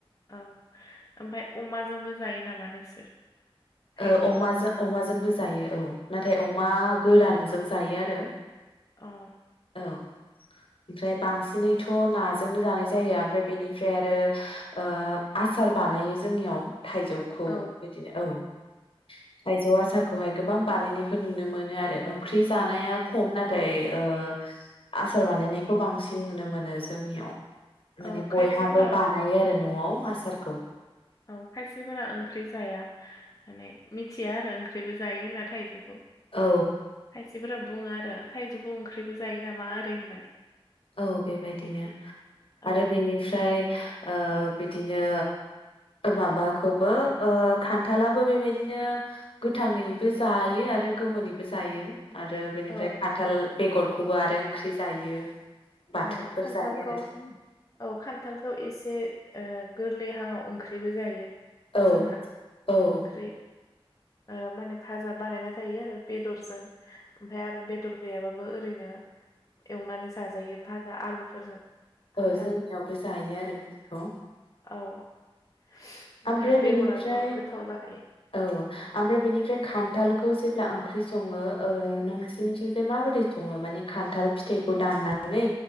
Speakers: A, on the left; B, on the left.
A: औ ओमफ्राय अमाजोंबो जायो नामा नोंसोर। थाइजौखौ
B: ओ अमाजों अमाजोंबो जायो औ नाथाय अमा गोरान। जों जायो आरो।
A: अ।
B: औ ओमफ्राय बांसिनैथ' नाजोंनो जानाय जायो ओमफ्राय बेनिफ्राय आरो ओ आसार बानायो जोंनियाव। थाइजौखौ
A: औ
B: बिदिनो औ। थाइजौ आसारखौहाय गोबां बानायनायखौ नुनो मोनो आरो ओंख्रि जानाया खम नाथाय ओ आसार बानायनायखौ बांसिन नुनो मोनो जोंनियाव। माने
A: औ
B: बयहाबो
A: खायसेफोरा
B: बानायो आरो न'आव। आसारखौ।
A: औ खायसेफोरा ओंख्रि जाया माने मिथिया आरो ओंख्रिबो जायो होन्ना थाइजौखौ।
B: औ।
A: सिफोरा बुङो आरो थाइजौखौ ओंख्रिबो जायो नामा ओरै होननानै।
B: औ बेबायदिनो
A: औ
B: आरो बेनिफ्राय। ओ बिदिनो माबाखौबो ओ खान्थालाबो बेबायदिनो गोथाङैबो जायो आरो गोमोनैबो जायो। आरो बेनिफ्राय
A: औ
B: खान्थाल बेगर। खौबो आरो ओंख्रि जायो। बाथोनफोर
A: औ खान्थालखौ
B: जायो आरो
A: औ खान्थालखौ एसे ओ। गोरलैहाङाव ओंख्रिबो जायो।
B: औ
A: जोंना
B: औ
A: ओंख्रि। ओ माने भाजा बानायना जायो आरो बेदरजों ओमफ्राय आरो बेदर गैयाबाबो ओरैनो एवनानै जाजायो भाजा आलुफोरजों। खान्थाल
B: औ जोंनियावबो जायो आरो
A: औ
B: बिदिखौ।
A: औ। ओमफाय
B: ओमफ्राय
A: बेगराथ'
B: बेनिफ्राय
A: गोथाव जाखायो।
B: औ ओमफ्राय बेनिफ्राय खान्थालखौ जेब्ला ओंख्रि सङो ओ नोंसिनिथिंजाय माबोरै सङो माने खान्थाल फिथाइखौ दाननानै